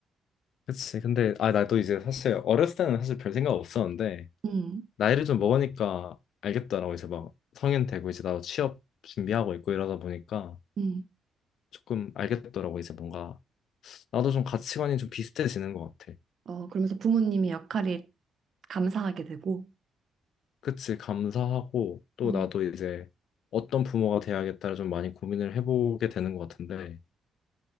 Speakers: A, on the left; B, on the right.
A: 그치. 근데, 아, 나도 이제 사실 어렸을 때는 사실 별 생각 없었는데,
B: 음,
A: 나이를 좀 먹으니까 알겠더라고. 이제 막 성인 되고, 이제 나도 취업 준비하고 있고 이러다 보니까
B: 음.
A: 조금 알겠더라고. 이제 뭔가 나도 좀 가치관이 좀 비슷해지는 것 같아.
B: 어, 그러면서 부모님의 역할이 감사하게 되고.
A: 그치. 감사하고, 또
B: 어,
A: 나도 이제 어떤 부모가 돼야겠다를 좀 많이 고민을 해보게 되는 것 같은데,